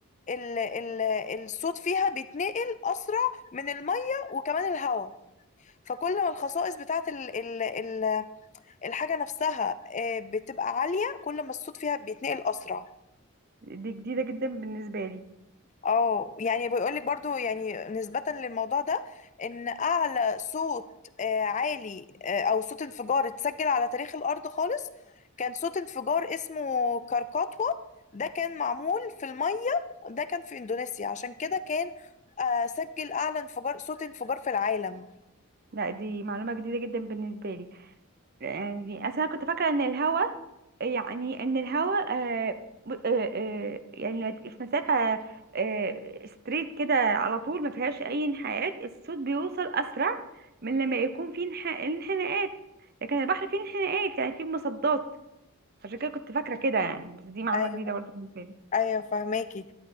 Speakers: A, on the left (about 35°); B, on the right (about 45°).
A: ال ال الصوت فيها بيتنقل اسرع من الميه وكمان الهواء فكل ما الخصائص بتاعت ال ال ال الحاجه نفسها آه، بتبقى عاليه كل ما الصوت فيها بيتنقل اسرع
B: دي جديدة جدا بالنسبة لي
A: اه يعني بيقولك برضو يعني نسبة للموضوع ده ان اعلى صوت آه، عالي آه، او صوت انفجار اتسجل على تاريخ الارض خالص كان صوت انفجار اسمه كركاتوا ده كان معمول في المية ده كان في اندونيسيا عشان كده كان آه، سجل اعلى انفجار صوت انفجار في العالم
B: لا دي معلومة جديدة جدا بالنسبة لي يعني أصل أنا كنت فاكرة إن الهوا يعني إن الهوا آه آه آه يعني في مسافة آه ستريت كده على طول ما فيهاش أي انحناءات الصوت بيوصل أسرع من لما يكون فيه انح- انحناءات لكن البحر فيه انحناءات يعني فيه مصدات عشان كده كنت فاكرة كده يعني بس دي معلومة
A: ايوه
B: جديدة برضه بالنسبة لي
A: ايوه فهماكي